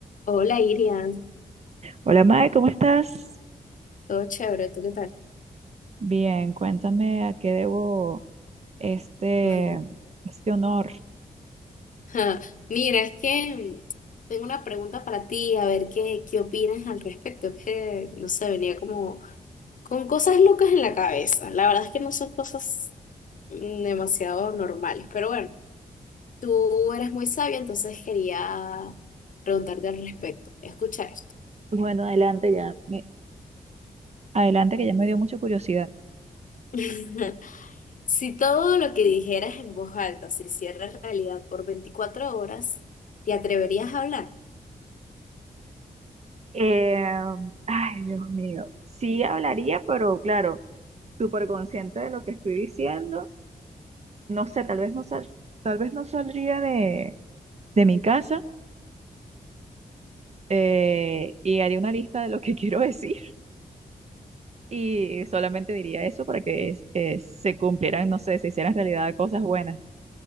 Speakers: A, on the left (about 55°); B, on the right (about 45°).
A: Hola, Irian.
B: Hola Mae, ¿cómo estás?
A: Todo chévere, ¿tú qué tal?
B: Bien, cuéntame a qué debo este,
A: <laughs>
B: este honor.
A: Ah, Mira, es que tengo una pregunta para ti, a ver qué, qué opinas al respecto. Es que, no sé, venía como con cosas locas en la cabeza. La verdad es que no son cosas mm, demasiado normales, pero bueno, tú eres muy sabia, entonces quería preguntarte al respecto. Escucha esto.
B: Bueno, adelante ya. me- Adelante, que ya me dio mucha curiosidad.
A: <laughs> Si todo lo que dijeras en voz alta se hiciera realidad por 24 horas, ¿te atreverías a hablar?
B: Eh, ay, Dios mío. Sí hablaría, pero claro. súper consciente de lo que estoy diciendo. No sé, tal vez no sal, tal vez no saldría de, de mi casa eh, y haría una lista de lo que <laughs> quiero decir y solamente diría eso para que eh, se cumplieran, no sé, se hicieran realidad cosas buenas.